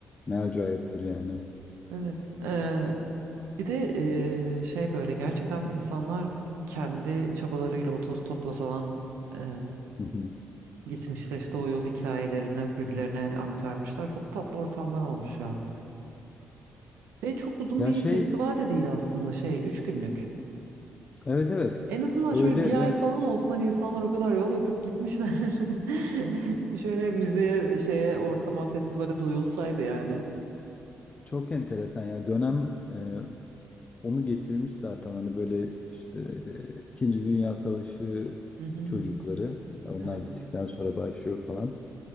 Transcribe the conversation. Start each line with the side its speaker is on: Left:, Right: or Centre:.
Left: ne acayiptir yani.
Right: Evet. eee, bir de eee, şey böyle gerçekten insanlar kendi çabalarıyla otostopla falan eee,
Left: <laughs>
Right: gitmişler işte o yol hikayelerini birbirlerine aktarmışlar. Çok tatlı ortamlar olmuş ya. Ve çok uzun
Left: Ya
Right: bir
Left: şey
Right: festival de değil aslında şey üç günlük.
Left: Evet evet.
Right: En azından
Left: Öyle
Right: şöyle bir
Left: ve
Right: ay falan olsun hani insanlar o kadar yol yapıp gitmişler. <laughs> Bir şöyle müzeye şeye ortama festivale doyulsaydı yani.
Left: çok enteresan ya dönem e, onu getirmiş zaten hani böyle işte e, İkinci Dünya Savaşı
Right: Hı hı hı.
Left: çocukları
Right: hı.
Left: onlar
Right: Evet.
Left: bittikten sonra başlıyor falan.